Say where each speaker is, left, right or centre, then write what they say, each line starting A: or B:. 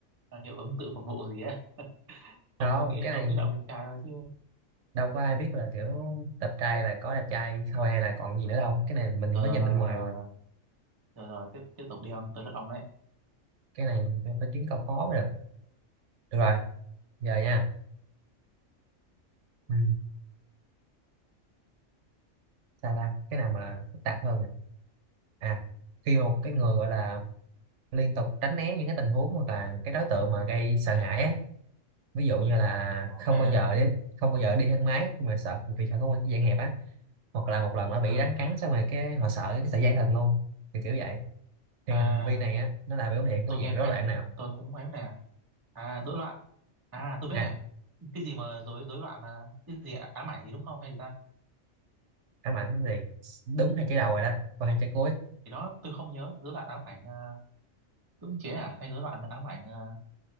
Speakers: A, on the right; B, on the right.
A: ờ, hiệu ứng tự phục vụ gì á ông
B: không
A: ơi, nghĩ
B: cái
A: ông
B: này
A: nghĩ là ông đẹp trai thôi chứ
B: đâu có ai biết là kiểu đẹp trai là có đẹp trai thôi hay là còn gì nữa đâu cái này mình
A: rồi
B: mới nhìn
A: rồi
B: bên ngoài
A: rồi
B: mà
A: rồi rồi, rồi, rồi. tiếp tiếp tục đi ông tới lượt ông đấy
B: cái này mình phải kiếm câu khó mới được được rồi giờ nha ừ. sao ta cái nào mà phức tạp hơn nè. à khi một
A: Ừ.
B: cái người gọi là liên tục tránh né những cái tình huống hoặc là cái đối tượng mà gây sợ hãi ấy, ví dụ như là
A: ok
B: không bao giờ đi không bao giờ đi thang máy mà sợ vì sợ không quen cái dạng hẹp á hoặc là một lần nó bị
A: ừ
B: rắn cắn xong rồi cái họ sợ cái sợi dây thần luôn thì kiểu vậy
A: à
B: thì hành vi này á nó là biểu hiện của
A: tôi nghe
B: dạng rối
A: quen
B: loạn
A: đó
B: nào
A: tôi cũng cũngém nè à rối loạn à tôi biết
B: à,
A: nè cái gì mà rối rối loạn là cái gì ám ảnh gì đúng không hay gì ta
B: ám ảnh gì đúng hai chữ đầu rồi đó còn hai chữ cuối
A: thì đó tôi không nhớ rối loạn ám ảnh ờ, cưỡng chế à hay rối loạn ám ảnh ờ